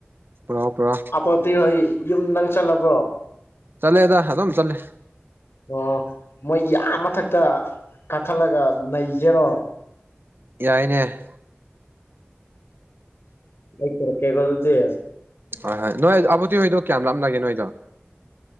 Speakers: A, on the right; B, on the left.
A: ꯄꯨꯔꯥꯎ ꯄꯨꯔꯣ
B: ꯑꯄꯣꯇꯤ ꯍꯣꯏ ꯌꯨꯝ ꯅꯪ ꯆꯠꯂꯕꯣ
A: ꯆꯠꯂꯦꯗ ꯑꯗꯨꯝ ꯆꯠꯂꯦ
B: ꯑꯣ ꯃꯣꯏꯒꯤ ꯑꯥ ꯃꯊꯛꯇ ꯀꯛꯊꯠꯂꯒ ꯅꯩꯁꯦꯔꯣ
A: ꯌꯥꯏꯅꯦ
B: ꯑꯩ ꯇꯧꯔꯛ ꯀꯦꯒꯣ ꯑꯗꯨꯗꯤ
A: ꯍꯣꯏ ꯍꯣꯏ ꯅꯣꯏ ꯑꯕꯨꯠꯇꯤ ꯍꯣꯏꯗꯣ ꯀꯌꯥꯝ ꯂꯥꯞꯅꯒꯦ ꯅꯣꯏꯗꯣ